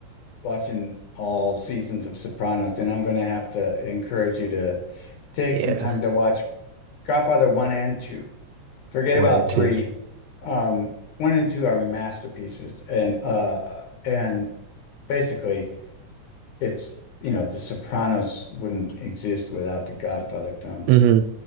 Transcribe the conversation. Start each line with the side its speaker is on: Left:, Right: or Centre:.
Left: watching all seasons of Sopranos, then I'm going to have to encourage you to take
Right: yeah,
Left: some time to watch Godfather 1 and 2. Forget
Right: one
Left: about
Right: and
Left: three.
Right: 2
Left: Um, one and two are masterpieces, and uh, and basically, it's you know, The Sopranos wouldn't exist without the Godfather films.
Right: hmm